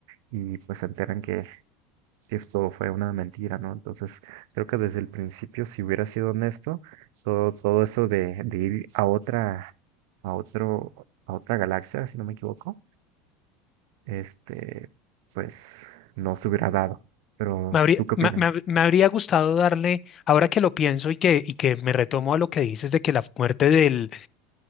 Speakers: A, on the right; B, on the left.
A: y pues se enteran que esto fue una mentira, ¿no? Entonces, creo que desde el principio, si hubiera sido honesto, todo, todo eso de, de ir a otra, a otro, a otra galaxia, si no me equivoco este, pues no se hubiera dado. Pero,
B: Me habría,
A: ¿tú qué
B: me,
A: opinas?
B: me hab- me habría gustado darle, ahora que lo pienso y que, y que me retomo a lo que dices de que la muerte de,